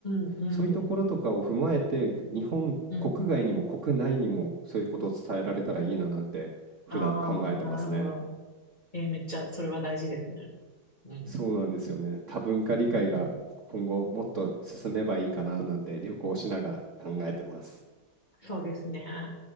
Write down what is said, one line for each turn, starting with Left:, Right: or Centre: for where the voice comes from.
Left: ん、うん、
Right: そういうところとかを踏まえて日本国外にも国内にもそういうことを伝えられたらいいななんて普段考えてますね。
Left: うん。ああー、なるほど。えーめっちゃ、それは大事ですね。うん、
Right: そうなんですよね。多文化理解が今後もっと進めばいいかななんて旅行しながら考えてます。
Left: うん。そうですね。